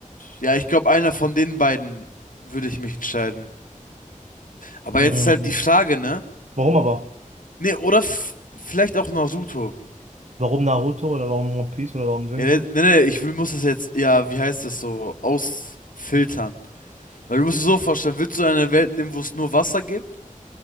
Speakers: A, on the left; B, on the right.
A: ja, ich glaube, einer von den beiden würde ich mich entscheiden. Aber
B: Mhm.
A: jetzt ist halt die Frage, ne?
B: Warum aber?
A: Ne, oder f- vielleicht auch Naruto.
B: Warum Naruto oder warum One Piece oder warum Dragon
A: Ja, ne,
B: Ball?
A: ne, ne, ich will, muss das jetzt, ja, wie heißt das so, ausfiltern. Weil du musst dir so vorstellen, willst du in einer Welt leben, wo es nur Wasser gibt?